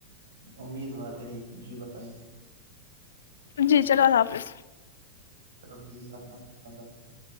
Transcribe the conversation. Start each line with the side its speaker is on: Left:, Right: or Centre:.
Right: امیدوار رہی جی بتائیے
Left: جی چلو اللہ حافظ
Right: چلو ٹھیک ہے اپنا خ رف گار